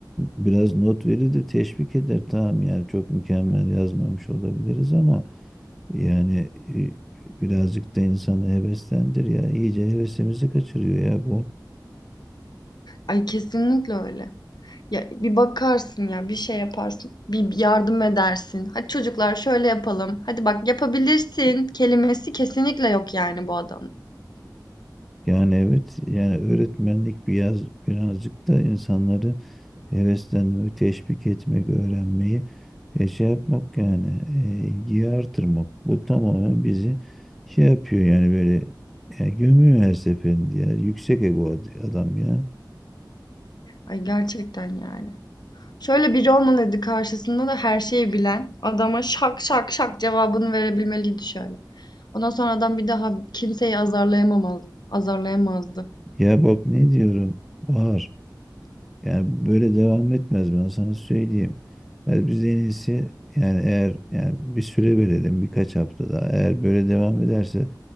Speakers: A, in the centre; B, on the left.
A: biraz not verir de teşvik eder tamam yani çok mükemmel yazmamış olabiliriz ama Yani e, birazcık da insanı heveslendir ya. İyice hevesimizi kaçırıyor ya bu.
B: Ay kesinlikle öyle. Ya bir bakarsın ya bir şey yaparsın. Bir bir yardım edersin. Hadi çocuklar şöyle yapalım. Hadi bak yapabilirsin kelimesi kesinlikle yok yani bu adamda.
A: Yani evet yani öğretmenlik biraz birazcık da insanları heveslenmek, teşvik etmek, öğrenmeyi e, şey yapmak yani e, ilgiyi artırmak. Bu tamamen bizi şey yapıyor yani böyle e, gömüyor her seferinde ya. Yüksek ego ad- adam ya.
B: Ay gerçekten yani. Şöyle biri olmalıydı karşısında da her şeyi bilen adama şak şak şak cevabını verebilmeliydi şöyle. Ondan sonra adam bir daha kimseyi azarlayamamaz, azarlayamazdı.
A: Ya bak ne diyorum var. Yani böyle devam etmez ben sana söyleyeyim. Ben biz en iyisi yani eğer yani bir süre verelim birkaç hafta daha. Eğer böyle devam ederse